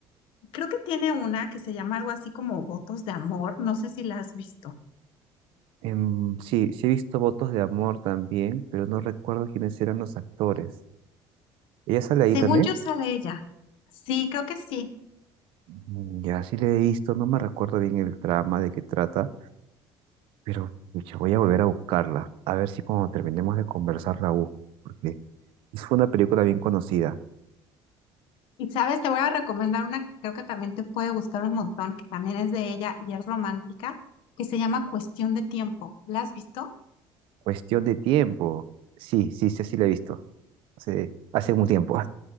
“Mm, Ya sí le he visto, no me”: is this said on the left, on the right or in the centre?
Right